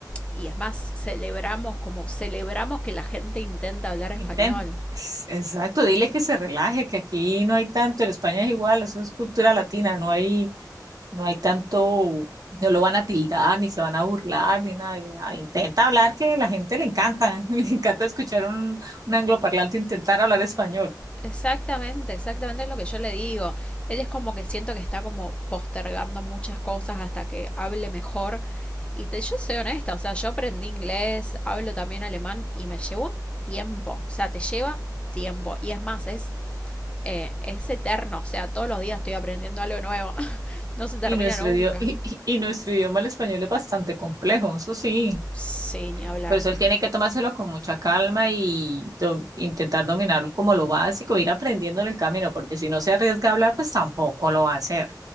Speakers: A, on the left; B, on the right.
A: Y es más, celebramos como celebramos que la gente intenta hablar
B: intenta.
A: español.
B: Exacto, dile que se relaje, que aquí no hay tanto, en España es igual, eso es cultura latina, no hay No hay tanto, no lo van a tildar, ni se van a burlar, ni nada. Y, ah, Intenta hablar que a la gente le encanta, <laughs> le encanta escuchar un, un angloparlante intentar hablar español.
A: Exactamente, exactamente es lo que yo le digo. Él es como que siento que está como postergando muchas cosas hasta que hable mejor. Y te, yo soy honesta, o sea, yo aprendí inglés, hablo también alemán y me llevó tiempo. O sea, te lleva tiempo. Y es más, es eh, es eterno, o sea, todos los días estoy aprendiendo algo nuevo, <laughs> no se termina
B: Y nuestro
A: nunca.
B: idioma, y, y- y nuestro idioma, el español, es bastante complejo, eso sí.
A: Sí, ni hablar.
B: Por eso él tiene que tomárselo con mucha calma y do- intentar dominarlo como lo básico, ir aprendiendo en el camino, porque si no se arriesga a hablar, pues tampoco lo va a hacer.